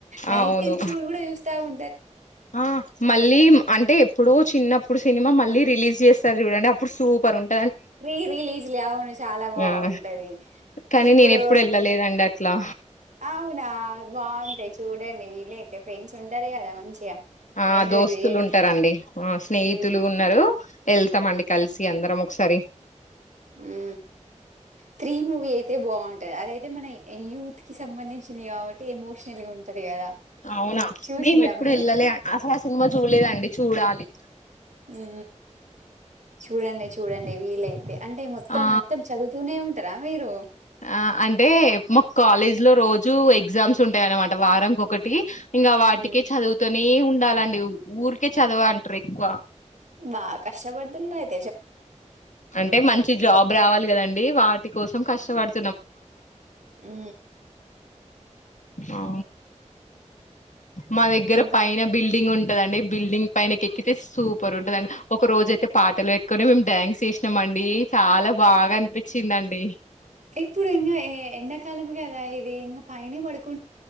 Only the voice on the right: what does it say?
నైటెన్
షూలు కూడా చూస్తా ఉ
రీ రిలీజ్లే అవును చాలా బాగుంటది
ఇప్పుడు
అవునా బాగుంటాయి చూడండి వీలైతే ఫ్రెండ్స్ ఉంటారే కదా మంచిగా
ఎంజాయ్
చెయ్యనీకి
మ్మ్
ఊ త్రీ మూవీ అయితే బాగుంటది అదయితే మన యూత్ క సంబంధించినవి కాబట్టి ఎమోషనల్గా ఉంటది కదా
చూసిలా
మీరు
ఉ చూడండి చూడండి వీల అయితే అంటే మొత్తం
మొత్తం చదుతూనే ఉ ఇ వేరు
మ్మ్
బా కష్టపడ్దన్యితు
ఊ
ఇంకా
ఇప్పుడు ఇంగ ఏ ఎండాకాలం కదా ఇది ఇంకా పైనే పడుకు